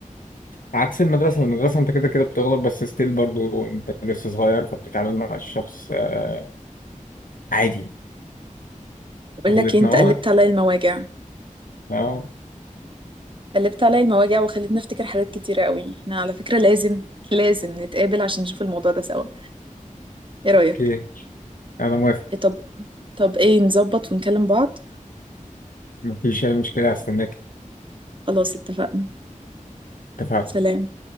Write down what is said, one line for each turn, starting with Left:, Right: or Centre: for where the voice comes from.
Left: عكس المدرسه المدرسه انت كده كده بتغلط بس ستيل برضو انت لسه صغير فبتتعامل مع الشخص آه عادي
Right: بقول
Left: غلطنا
Right: لك ايه انت
Left: اه
Right: قلبت عليا المواجع
Left: اه
Right: قلبت عليا المواجع وخلتني افتكر حاجات كتيرة قوي احنا على فكرة لازم لازم نتقابل عشان نشوف الموضوع ده سوا ايه رأيك
Left: اوكي انا موافق
Right: إيه طب طب ايه نظبط ونكلم بعض
Left: مفيش اي مشكله هستناك
Right: خلاص اتفقنا
Left: اتفقنا
Right: سلام